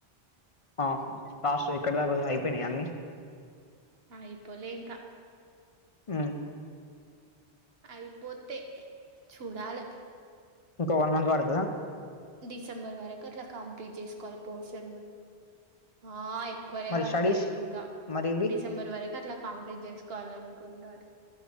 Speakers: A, on the left (about 35°); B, on the right (about 65°).
A: ఆహా లాస్ట్ ఎక్కడి దాకా ఒయి అయిపోయినాయ అన్నీ
B: ఆయిపోలే ఇంకా
A: ఊ
B: అయిపోతే చూడాలి
A: ఇంకో వన్ మంత్ పడుతదా
B: డిసెంబర్ వరకు అట్లా కంప్లీట్ చేసుకోవాలి పోర్షన్ ఆ ఎక్కువనె
A: మరి
B: పడతది
A: స్టడీస్
B: ఇంకా
A: మరి ఇవి
B: డిసెంబర్ వరకు అట్లా కంప్లీట్ చేసుకోవాల అనుకుంటడు